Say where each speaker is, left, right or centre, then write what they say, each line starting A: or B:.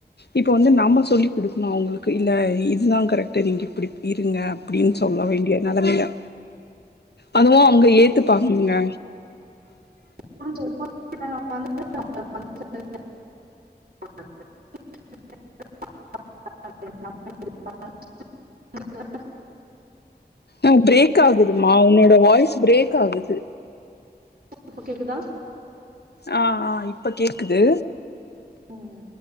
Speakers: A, on the left (about 70°); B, on the right (about 60°).
A: இப்ப வந்து
B: ம்
A: நம்ம சொல்லி் குடுக்கணு அவங்களுக்கு இல்ல இதுதா கரெக்டா நீங்க இப்டி இருங்க அப்டின்னு சொல்ல வேண்டிய நெலைமில அதுவு அவங்க ஏத்து பாகங்கங்க
B: <inaudible> <inaudible>
A: ஆ பிரேக் ஆகுதுமா உன்னோட வாய்ஸ் பிரேக் ஆகுது
B: இப்ப கேக்குதா
A: ஆ ஆ இப்ப கேக்குது
B: ம்